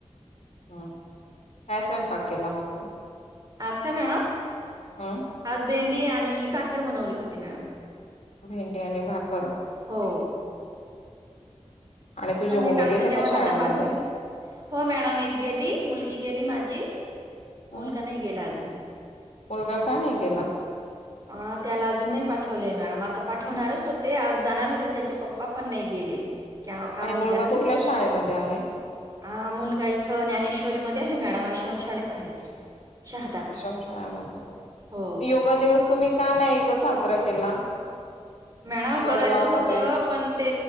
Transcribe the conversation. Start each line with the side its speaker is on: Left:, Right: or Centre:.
Left: हम्म काय स्वयंपाक केला मग तू?
Right: आज काय मॅडम?
Left: हम्म
Right: आज भेंडी आणि बाखर बनवली होती मॅडम.
Left: भेंडी आणि भाकर.
Right: हो.
Left: आणि तुझे
Right: संध्याकाळच्या
Left: मुलं गेले
Right: जेवण
Left: का शाळेमध्ये
Right: आता बाकी हो मॅडम एक गेली मुलगी गेली माझी
Left: हम्म
Right: मुलगा नाही गेला आजून.
Left: मुलगा काय नाही गेला
Right: अ त्याला अजून नाही पाठवलेय मॅडम आ ता पाठवणारच होते आज जाणार होते त्याचे पप्पा पण नही गेले क्या काम
Left: आणि मुलगा
Right: निघालं
Left: कुठल्या
Right: ना
Left: शाळेमध्ये आहे
Right: मुलगा इथं ज्ञानेश्वरी मध्ये आ हे मॅडम आश्रमशाळेत आहे. शहादा
Left: आश्रमशाळामध्ये
Right: हो.
Left: योगा दिवस तुम्ही का नाही ग साजरा केला.
Right: मॅडम
Left: वडगाव
Right: करायचं होतं
Left: मध्ये
Right: पण ते